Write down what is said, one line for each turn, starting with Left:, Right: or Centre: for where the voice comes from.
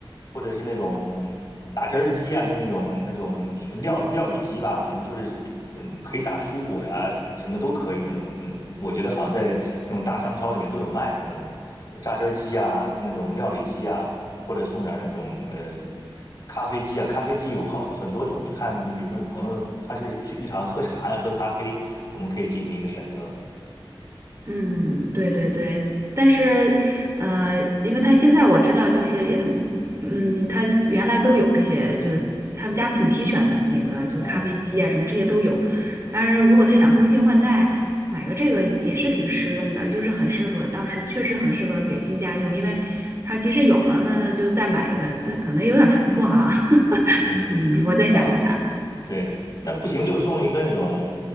Left: 或者是那种打汁儿机呀，就那种那种料料理机吧，反正就是嗯，可以打蔬果呀，什么都可以那种。嗯，我觉得好像在那种大商超里面都有卖的那种榨汁儿机呀，那种料理机呀，或者送点儿那种呃咖啡机啊，咖啡机有好很多种，就看你比如说你朋友他是日常喝茶呀，喝咖啡，我们可以进行一个选择。
Right: 嗯，对对对，但是，呃，因为他现在我知道，就是也他们，嗯，他原来都有这些，就是他们家挺齐全的，那个就是咖啡机啊什么这些都有。
Left: 嗯
Right: 当然，如果他想更新换代，买个这个也是挺实用的，就是很适合，当时确实很适合给新家用，因为他即使有了呢，就再买一个，那可能有点重复哈。<laughs>
Left: 嗯嗯啊，
Right: 嗯，我再想一想。
Left: 对，那不行就送一个那种